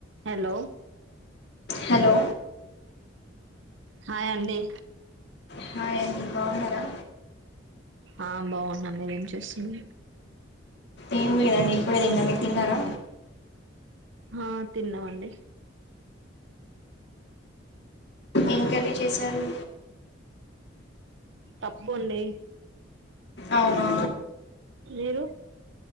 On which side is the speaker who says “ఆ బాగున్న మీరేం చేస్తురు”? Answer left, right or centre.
Right